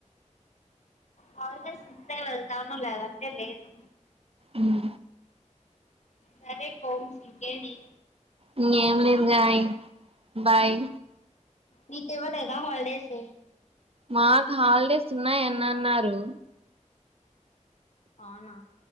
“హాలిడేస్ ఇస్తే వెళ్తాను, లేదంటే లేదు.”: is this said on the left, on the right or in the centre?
Left